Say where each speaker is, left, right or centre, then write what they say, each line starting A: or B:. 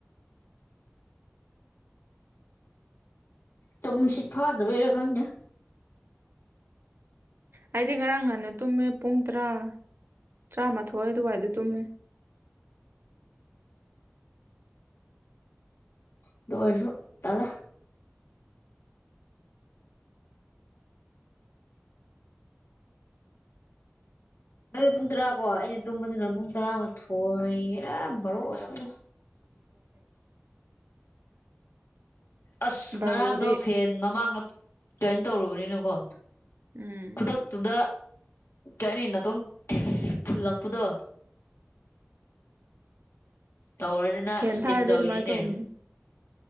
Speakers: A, on the left (about 75°); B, on the right (about 60°).
A: ꯇꯃꯁꯤꯠ ꯐꯥꯗꯕꯔ ꯀꯪꯗ
B: ꯑꯩꯗꯤ ꯉꯔꯥꯡ ꯉꯍꯥꯟꯟꯅ ꯇꯨꯝꯃꯦ ꯄꯨꯡ ꯇꯔꯥ ꯇꯔꯥꯃꯥꯊꯣꯏ ꯑꯗꯨꯋꯥꯏꯗ ꯇꯨꯝꯃꯦ
A: ꯑꯗꯨ ꯑꯣꯏꯁꯨ ꯇꯂ ꯅꯪꯒꯤ ꯄꯨꯡ ꯇꯔꯥ ꯀꯣ ꯑꯩꯅ ꯇꯨꯝꯕꯗꯨꯅ ꯄꯨꯡ ꯇꯔꯥꯃꯊꯣꯏ ꯌꯥꯝꯔ ꯕꯥꯨ ꯑꯣꯏꯔ ꯑ
B: ꯣꯦꯗ
A: ꯑꯁ
B: ꯕꯥꯔꯣꯗꯤ
A: ꯉꯔꯥꯡꯗꯣ ꯐꯦꯟ ꯃꯃꯥꯡꯗ ꯇꯔꯟ ꯇꯧꯔꯨꯕꯅꯤꯅꯀꯣ
B: ꯎꯝ
A: ꯈꯨꯗꯛꯇꯨꯗ ꯆꯠꯅꯤ ꯇꯣꯡ ꯐꯨꯜꯂꯛꯄꯗꯣ ꯇꯧꯔꯗꯅ
B: ꯐꯦꯟ
A: ꯏꯁꯇꯤꯝ
B: ꯊꯥꯔꯣꯏ
A: ꯇꯧꯔꯤꯅꯤꯅꯦ
B: ꯑꯗꯨꯃꯥꯏꯅ ꯇꯧꯕꯧꯕꯅꯤ